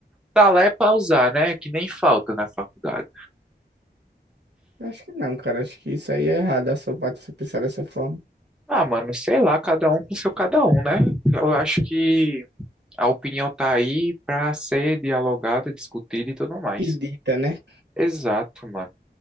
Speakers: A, in the centre; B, on the right (about 80°).
A: tá lá é pra usar, né? Que nem falta na faculdade.
B: Acho que não, cara. Acho que isso aí é errado, a sua parte você pensar dessa forma.
A: Ah, mano, sei lá, cada um com seu cada um, né? Eu acho que a opinião tá aí pra ser dialogada, discutida e tudo mais.
B: E dita, né?
A: Exato, mano.